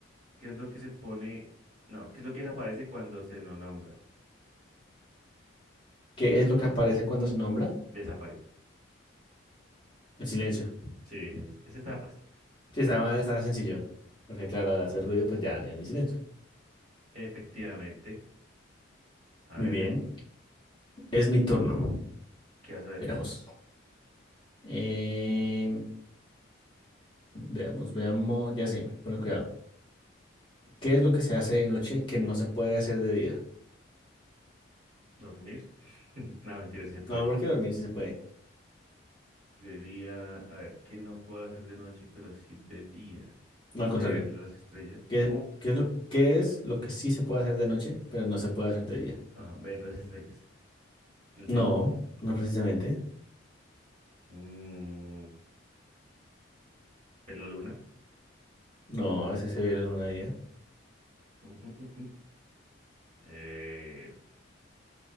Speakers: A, on the right (about 35°); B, on the left (about 25°).
A: qué es lo que se pone? No, ¿qué es lo que desaparece cuando se no nombra?
B: ¿Qué es lo que aparece cuando se nombra?
A: Desaparece.
B: El silencio.
A: Sí, sí, sí. Ese estaba fácil.
B: Sí, estaba, estaba sencillo. Porque claro, al hacer ruido, pues ya, ya no hay silencio.
A: <laughs> Efectivamente. A
B: Muy
A: ver,
B: bien.
A: de-
B: Es mi turno.
A: ¿qué vas a decir?
B: Veamos. Em, veamos, veamos. Ya sé, pero cuidado. ¿Qué es lo que se hace de noche que no se puede hacer de día?
A: ¿Dormir? <laughs> No, mentira, sí se puede.
B: No, porque dormir sí se puede.
A: Debería, a ver, ¿qué no puedo hacer de noche, pero sí de día?
B: No, al
A: Ver
B: contrario.
A: las estrellas.
B: ¿Qué,
A: ¿Cómo?
B: qué es lo, qué es lo que sí se puede hacer de noche, pero no se puede hacer de día?
A: Ah, ver las estrellas el cielo.
B: No, no precisamente.
A: Mm, ver la luna.
B: No, a veces se ve la luna de día.
A: Mm, mm, mm, mm. Eh,